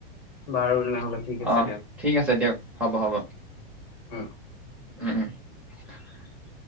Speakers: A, on the left; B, in the centre.
A: বাৰু তেনেহ'লে
B: <unintelligible>
A: ঠিক আছে
B: আহ ঠিক আছে দিয়ক হ'ব হ'ব।
A: অ
B: উম উম <unintelligible>